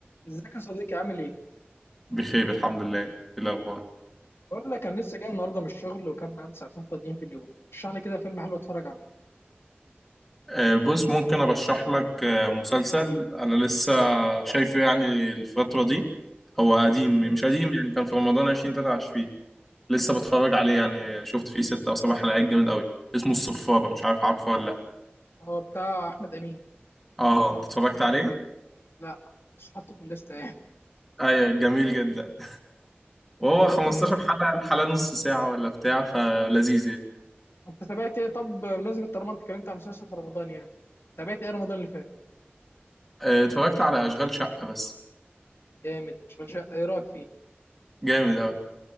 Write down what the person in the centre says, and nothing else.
بخير الحمد لله إيه الأخبار
آه، بص ممكن أرشح لك آه، مسلسل أنا لسه شايفه يعني الفترة دي هو قديم
مش
قديم يعني كان في رمضان 2023 لسه بتفرج عليه يعني شفت فيه ستة أو سبع حلقات جامد أوي اسمه الصفارة مش عارف عارفه ولا لأ
أه أنت اتفرجت عليه؟
أيوة جميل جدا وهو
15
حلقة الحلقة نص ساعة ولا بتاع فلذيذ يعني
آه، اتفرجت على أشغال شقة بس
جامد أوي